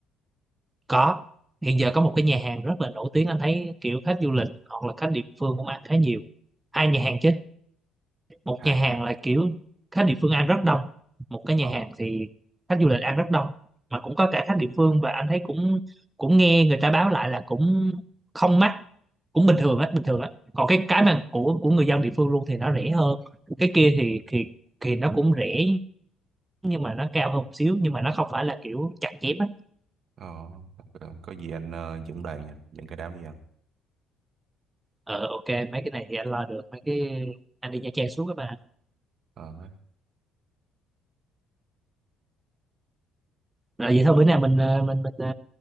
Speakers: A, on the right; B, on the right.
A: có hiện giờ có một cái nhà hàng rất là nổi tiếng anh thấy kiểu khách du lịch hoặc là khách địa phương cũng ăn khá nhiều hai nhà hàng chứ một
B: Hai
A: nhà hàng
B: cả.
A: là kiểu khách địa phương ăn rất đông một cái nhà
B: Ờ.
A: hàng thì khách du lịch ăn rất đông mà cũng có cả khách địa phương và anh thấy cũng cũng nghe người ta báo lại là cũng không mắc cũng bình thường á bình thường á còn cái cái mà của của người dân địa phương luôn thì nó rẻ hơn cái kia thì thì thì nó cũng rẻ nhưng mà nó cao hơn một xíu nhưng mà nó không phải là kiểu chặt chém á
B: Ờ. Có gì anh ờ, dẫn đoàn nha. Dẫn cái đám đi ăn.
A: ờ ok mấy cái này thì anh lo được mấy cái anh đi Nha Trang suốt các bạn
B: Ờ. hết.
A: à, vậy thôi bữa nào mình ờ, mình mình ờ,